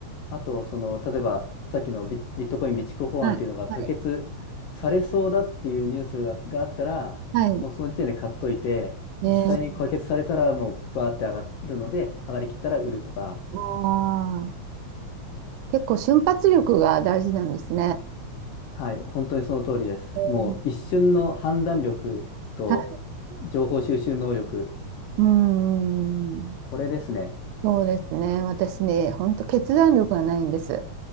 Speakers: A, on the left; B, on the right.
A: あと、その、例えばさっきのビ、ビットコイン備蓄法案っていうのが可決されそうだっていうニュースが、
B: はい、はい、
A: があったら、
B: はい。
A: もうその時点で買っといて、
B: え
A: 実際に可決されたらもうバーって上がるので、上がりきったら売るとか、
B: ー、ああ、結構瞬発力が大事なんですね。
A: はい、本当にその通りです。
B: えー
A: もう一瞬の判断力と
B: はい。
A: 情報収集能力、
B: うーん。
A: これですね。
B: そうですね。私ね、本当決断力がないんです。